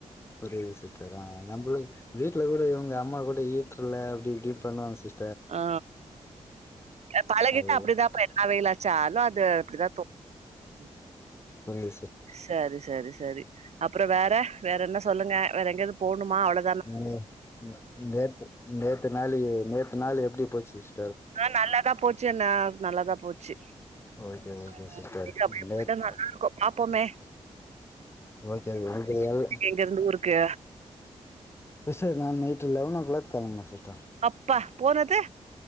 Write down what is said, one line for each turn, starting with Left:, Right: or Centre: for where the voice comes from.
Left: புரியிது சிஸ்டர் அ நம்மள் வீட்ல கூட இங்க அம்மா கூட ஈட்டுரலு அப்படி இப்படின்னு பண்ணுவாங்க சிஸ்
Right: ஆ பழகிட்டா
Left: அது
Right: அப்டிதா அப்படிதாப்பா என்னா வெயிலடிச்சாலு அது அப்படிதா தோனு ம்
Left: ஓகே சிஸ்
Right: சரி சரி சரி அப்பற வேற வேற என்ன சொல்லுங்க வேற எங்கயாது போணுமா அவ்வளோ
Left: ம் நே நேத்து நேத்து நாளு நேத்து நாள் எப்படி போச்சு சீஸ்
Right: ஆ நல்லாதா போச்சு என்ன நல்லாதா போச்சு
Left: ஓகே ஓகே
Right: அ
Left: சிஸ்டர்
Right: அப்டியே போய்டா
Left: நேத்
Right: நல்லாருக்கும் பாப்போமே
Left: ஓக்கே அது உங்களால
Right: இங்கருந்து ஊருக்கு
Left: சிஸ்டர் நா நைட்டு லெவன் ஓ கிளாக் கெளம்புனே சிஸ்டர்
Right: அப்பா போனது